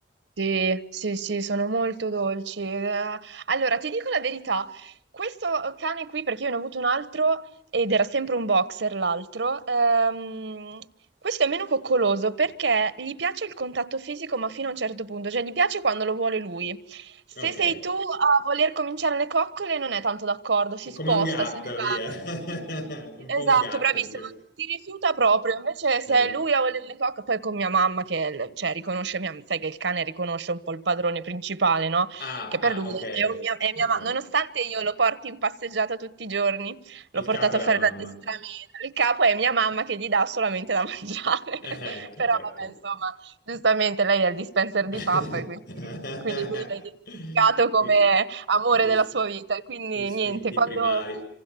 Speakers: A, on the right; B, on the left.
A: Sì, sì, sì, sono molto dolci. Eh, Allora, ti dico la verità, questo cane qui, perché io ne ho avuto un altro ed era sempre un boxer l'altro, ehm, questo è meno coccoloso perché gli piace il contatto fisico, ma fino a un certo punto, cioè gli piace quando lo vuole lui. Se
B: Ok,
A: sei tu a voler cominciare le coccole, non è tanto d'accordo, si
B: come
A: sposta,
B: un gatto,
A: se ne va.
B: via.
A: proprio-
B: <laughs>
A: ti- ti- ti-
B: Un
A: Esatto,
B: po' un gatto
A: bravissimo,
B: in questo.
A: ti rifiuta proprio. Invece se
B: Eh.
A: è lui a voler le coccole, poi con mia mamma che è il- cioè, riconosce, mia- sai che il cane riconosce un po' il padrone principale, no?
B: Ah,
A: Che
B: ah,
A: per lui
B: ok.
A: è, un mia, è mia
B: Ok.
A: mamma, nonostante io lo porti in passeggiata tutti i giorni.
B: Il
A: L'ho portato
B: capo è la
A: a fare
B: mamma.
A: l'addestramento.
B: <laughs>
A: Il capo è mia mamma che gli dà solamente da mangiare.
B: Eh,
A: <laughs>
B: Ecco,
A: Però
B: ecco.
A: vabbè, insomma, giustamente lei è il dispenser
B: <laughs>
A: di pappa e quindi, quindi lui l'ha identificato come
B: Gli
A: amore
B: gli
A: della sua vita. E quindi
B: istinti
A: niente, quando,
B: primari.